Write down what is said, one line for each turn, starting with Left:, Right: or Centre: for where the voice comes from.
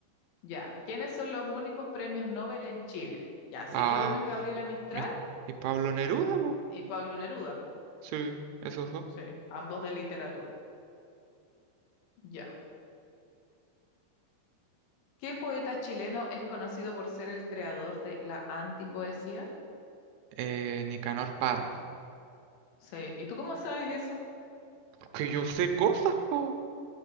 Left: Ya, ¿quiénes son los únicos premios Nobel en Chile? Ya, sé
Right: Ah,
Left: que uno es Gabriela Mistral
Right: mis- ¿y Pablo Neruda, po?
Left: y Pablo Neruda, po.
Right: Sí, esos dos.
Left: Sí, ambos de literatura. Ya. ¿Qué poeta chileno es conocido por ser el creador de la antipoesía?
Right: Eh, Nicanor Parra.
Left: Sí, ¿y tú cómo sabes eso?
Right: Que yo sé cosas, po.